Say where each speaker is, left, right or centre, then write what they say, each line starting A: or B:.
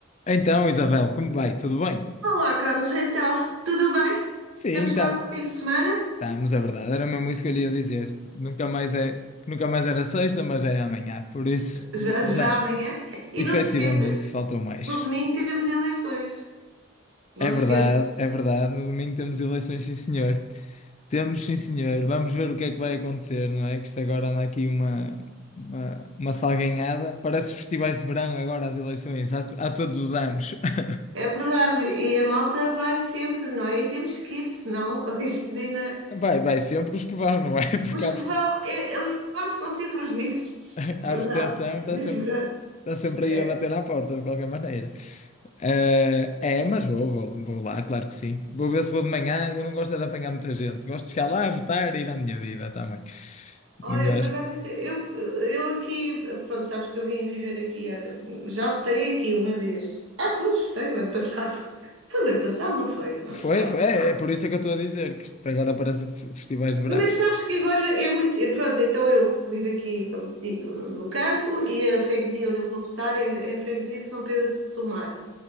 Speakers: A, on the left; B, on the right.
A: Então, Isabel, como vai? Tudo bem?
B: Olá, Carlos, então, tudo bem?
A: Sim,
B: Temos
A: tá,
B: quase o fim de semana,
A: estamos, é verdade. Era mesmo isso que eu lhe ia dizer. Nunca mais é, nunca mais era sexta, mas já é amanhã. Por isso, já,
B: já, já
A: já,
B: amanhã. E
A: efetivamente
B: não te esqueças,
A: faltou mais.
B: no domingo temos eleições. Não
A: É verdade,
B: te esqueças.
A: é verdade. No domingo temos eleições, sim, senhor. Temos, sim, senhor. Vamos ver o que é que vai acontecer, não é? Que isto agora anda aqui uma, uma, uma salganhada. Parece festivais de verão agora, as eleições, há, to- há todos os anos. <laughs>
B: É verdade, e a malta vai sempre, não é? E temos que ir, senão <laughs> isto ainda.
A: Vai, vai sempre os que vão, não é? <laughs> Porque
B: Os
A: há,
B: que vão, é- eu acho que vão sempre os mesmos,
A: <laughs>
B: <laughs>
A: A
B: é verdade.
A: abstenção está
B: Mas
A: sempre,
B: pronto,
A: está sempre
B: é,
A: aí a bater à porta, de qualquer maneira. Eh, é, mas vou, vou, vou lá, claro que sim. Vou ver se vou de manhã. Eu não gosto é de apanhar muita gente. Gosto de chegar lá, votar e ir à minha vida também.
B: Olha,
A: Não gosto.
B: por acaso, isso, eu, eu aqui, pronto, sabes que eu vim viver aqui, há- já votei aqui uma vez. Ah, pois, votei o ano passado. <laughs> Foi o ano passado, não foi, que nós
A: Foi,
B: votámos.
A: foi. É, é por isso é que eu estou a dizer que isto agora parece f- festivais de verão.
B: Mas sabes que agora é muito. eh, Pronto, então eu vivo aqui, como te digo, no no campo e a freguesia onde eu vou votar é, é a freguesia de São Pedro de Tomar.